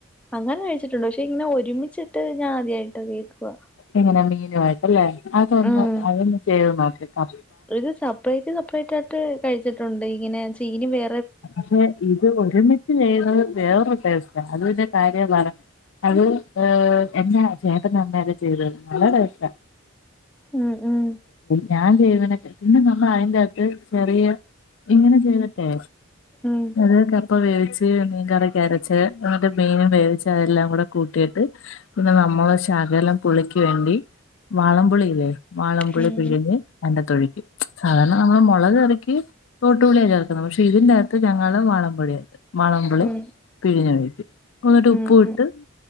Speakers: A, in the centre; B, on the left (about 65°).
A: അങ്ങനെ കഴിച്ചിട്ടുണ്ട് പക്ഷെ ഇങ്ങനെ ഒരുമിച്ചിട്ട് ഞാൻ ആദ്യയിട്ട് കേൾക്കുവാ
B: എങ്ങനെ മീനു ആയിട്ടല്ലേ അതൊന്ന്
A: ഉം
B: അതൊന്ന് ചെയ്ത് നോക്കിക്കാ
A: ഇത് സെപ്പറേറ്റ് സെപ്പറേറ്റ് ആയിട്ട് കഴിച്ചിട്ടുണ്ട് ഇങ്ങനെ ചീനി വേ
B: പക്ഷെ ഇത് ഒരുമിച്ച് ചെയ്യത് വേറൊരു അതിന്റെ കാര്യമാണ് അത് ഏ എന്നാ ചേട്ടൻ നന്നെ ചെയ്തത് നല്ല ടേസ്റ്റ
A: ഉം ഉം
B: ഞാൻ ചെയ്വനക്ക പിന്നെ നമ്മൾ അതിന്റെ അകത്ത് ചെറിയ ഇങ്ങനെ ചെയ്തിട്ടെ
A: ആഹ്
B: അത് കപ്പ വേവിച്ച് മീൻ കറിക്ക് അരച്ച് എന്നട്ടെ മീനും വേവിച്ചെ അതെല്ലാം കൂടെ കൂട്ടിയിട്ട് പിന്നെ നമ്മള് ശകലം പുളിക്ക് വേണ്ടി വാളംപൊളിയില്ലേ വാളൻപുളി
A: ഉം
B: പിഴിഞ്ഞ് എന്റെ തൊഴിക്കും സാധാരണ നമ്മള് മുളക് കറിക്കി തോട്ടുപളിയാണ് ചേർക്കുന്നത് പക്ഷെ ഇതിന്റെകത്ത് ഞങ്ങള് വാളമ്പുളി ഇടും മളമ്പിളി
A: ഉം
B: പിഴിഞ്ഞ് കഴക്കൂ എന്നിട്ട്
A: ഉം
B: ഉപ്പ് ഇട്ട്
A: ഉം